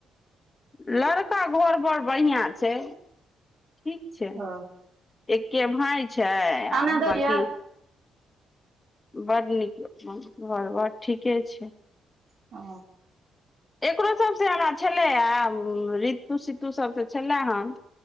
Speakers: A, on the left; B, on the right.
A: लड़का घर बड़ बढ़ियां छय, ठीक छै।
B: ओ
A: एक्के भाय छय
B: खाना
A: आ
B: दऽ
A: बांकी
B: दिअ
A: बड नीक अपन घर बड़ ठीके छैय।
B: ओ
A: एकरो सब सँ हमरा छलै आब रित रीतू-सीतू सब से छलेऽ हन